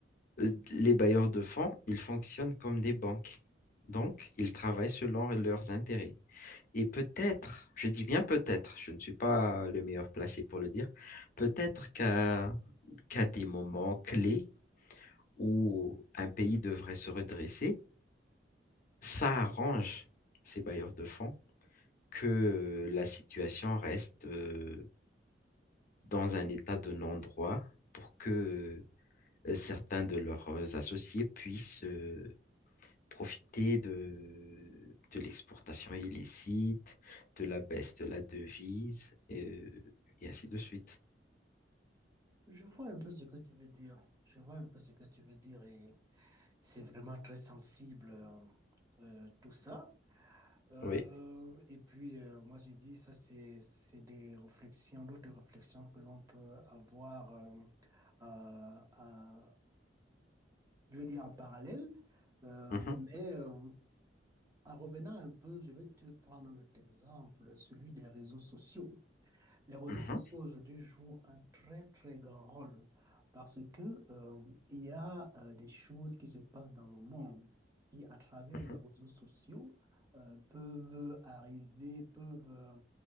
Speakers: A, on the left; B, on the right.
A: Euh, Les bailleurs de fonds, ils fonctionnent comme des banques. Donc, ils travaillent selon leurs intérêts. Et peut-être, je dis bien peut-être, je ne suis pas le meilleur placé pour le dire, peut-être qu'à qu'à des moments clés où un pays devrait se redresser, ça arrange ces bailleurs de fonds que la situation reste euh, dans un état de non-droit pour que euh, certains de leurs associés puissent euh, profiter de, de l'exportation illicite, de la baisse de la devise, et, euh, et ainsi de suite.
B: Je vois un peu ce que tu veux dire. Je vois un peu ce que tu veux dire et c'est vraiment très sensible euh, euh, tout ça. Euh,
A: Oui.
B: et puis euh, moi j'ai dit ça c'est c'est des réflexions, d'autres réflexions que l'on peut avoir euh, euh, à je veux dire en parallèle, euh,
A: Mhm,
B: mais euh, en revenant un peu, je vais te prendre notre exemple, celui des réseaux sociaux. Les réseaux
A: mhm,
B: sociaux aujourd'hui jouent un très très grand rôle parce que euh, il y a euh, des choses qui se passent dans le monde qui, à travers
A: mhm,
B: les réseaux sociaux, euh, peuvent arriver, peuvent euh,